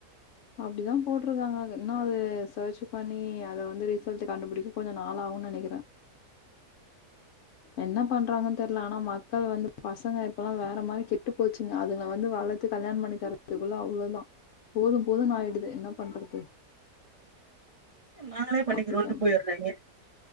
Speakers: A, on the left; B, on the right.
A: அப்டிதா போட்டிருக்காங்க அத் இன்னு அது சர்ச்சு பண்ணி அத வந்து ரிசல்ட்டு கண்டுபுடிக்க கொஞ்ச நாள் ஆகுன் நெனைக்கறே என்ன பண்றாங்கன் தெர்ல ஆனா மக்கள் வந் பசங்க இப்பெல்லா வேற மாரி கெட்டு போச்சுங்க அதுகுல வந்து வளத் த்து கல்யாண் பண்ணி தரதுக்குல்ல அவ்ளோதா போது போதுன் ஆயிடுது என்ன பண்றது
B: ம் நாங்களே பண்ணிக்கிறோன்ட்டு
A: அப்டிதா
B: போயட்றாய்ங்க